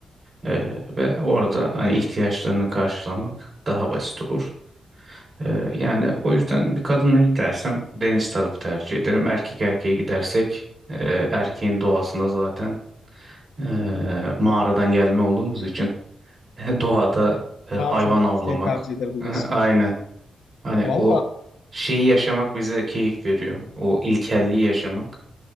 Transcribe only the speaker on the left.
Daha
çok
şey tercih ederim
diyorsun.
Valla,